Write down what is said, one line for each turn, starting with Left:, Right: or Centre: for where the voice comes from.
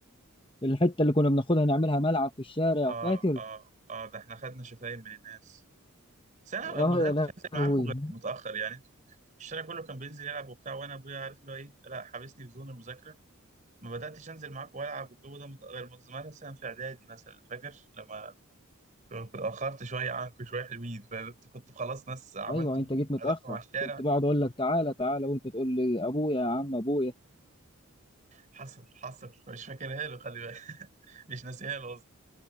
Left: والحته اللي كنا بناخدها نعملها ملعب في الشارع
Right: اه
Left: فاكر
Right: اه اه ده احنا خدنا شتايم من الناس بس انا
Left: اه
Right: ما بداتش
Left: يا
Right: انزل
Left: لهوي
Right: معاكم غير متاخر يعني انتوا الشارع كله كان بينزل يلعب وبتاع وانا ابويا عارف اللي هو ايه لا حابسني في زون المذاكره ما بداتش انزل معاكم والعب والجو ده مت- غير مت- مثلا في اعدادي مثلا فاكر لما كنت اتاخرت شويه عنكم شويه حلوين فانتوا كنتوا خلاص ناس عملتوا
Left: ايوه انت جيت متاخر
Right: علاقه مع الشارع
Left: كنت بقعد اقول لك تعالى تعالى وانت تقول لي ابويا يا عم ابويا
Right: حصل حصل مش فاكرها له خلي بالك <laughs> مش ناسيها له قصدي